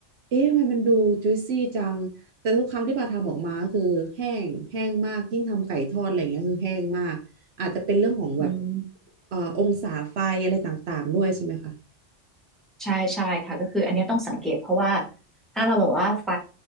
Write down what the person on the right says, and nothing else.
เอ๊ะทำไมมันดูจุยซี่จังแต่ทุกครั้งที่ปาทำออกมาก็คือแห้งแห้งมากยิ่งทำไก่ทอดอะไรอย่างเงี้ยคือแห้งมากอาจจะเป็นเรื่องของแบบ
เอ่อองศาไฟอะไรต่างๆด้วยใช่ไหมคะ